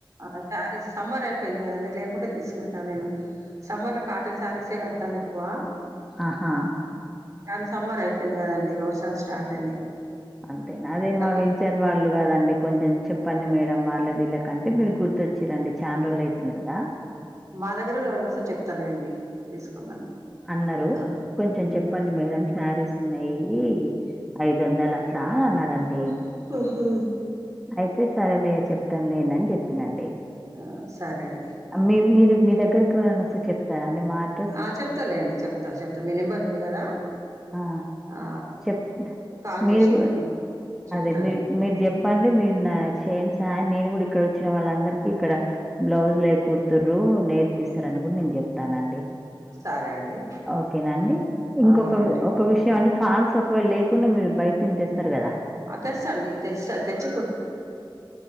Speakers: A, on the right (about 40°); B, in the centre.
A: ఆ సార సమ్మర్ అయిపోయింది కదండి లేకుంటే తీసుకుంటాను నేను సమ్మర్ లో కాట సారిస గడత ఎక్కువ
B: ఆహా
A: కానీ సమ్మర్ అయిపోయింది కదండి ఇ వర్షాలు స్టార్ట్ అయినాయి
B: అంతేనా అదే
A: కలువి
B: మా వెంచర్ వాళ్ళు కాదండి కొంచెం చెప్పండి మేడం వాళ్ళవి వీలకంటే మీరు గుర్తుొచ్చారండి చా రోజులు అయితుంది కదా
A: మా దగ్గర కూడా ఎవరైనా వేస్తే చెప్తలేండి తీసుకోమని
B: అన్నారు
A: ఆ!
B: కొంచెం చెప్పండి మేడం శారీస్ ఉన్నాయి అయి ఐదు వందలు అట్లా అన్నారండి
A: ఓహ్! ఓహో!
B: అయితే సరే చె మం లేదని చెప్పినండి
A: ఆ! సరే అండి.
B: మీ మీరు మీ దగ్గర దగ్గకి ఎవరు అన్న వస్తే చెప్తారు అండి అడ్రస్?
A: ఆ చెప్తాలేండి చెప్తా చెప్తా మీ నెంబర్ ఉంది కదా
B: ఆ
A: ఆ!
B: చెప్
A: కాల్
B: మీరు
A: చేసి
B: కూడా
A: చెప్తాండి.
B: అదే మీరు మీరు చెప్పండి మీరు నా చేన్ స నేను కూడా ఇక్కడ వచ్చిన వాళ్ళందరికి ఇక్కడ బ్లౌజ్ లే కుతు్ర నేర్పిస్తారని నేను చెప్తానండి
A: సరే అండి.
B: ఓకేనండి ఇంకొక
A: ఆ! ఓకే అండి
B: ఒక విషయం అంటే ఫాల్స్ ఒకవేళ లేకుండా మీరు బయట నింతేస్తారు కదా
A: ఆ! తెస్తండి తెస్తా తెచ్చి